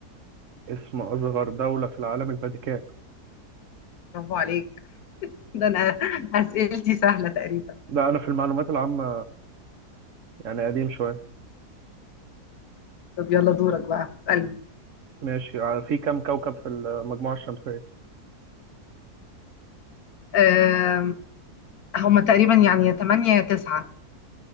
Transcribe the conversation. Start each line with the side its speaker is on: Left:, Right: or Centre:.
Right: اسم أصغر دولة في العالم الفاتيكان
Left: برافو عليك ده انا <laughs> اسئلتي سهلة تقريبا
Right: لا أنا في المعلومات العامة يعني قديم شوية
Left: طب يلا دورك بقى اسألني
Right: ماشي ع- في كم كوكب في المجموعة الشمسية
Left: أم، هما تقريبا يعني يا 8 يا 9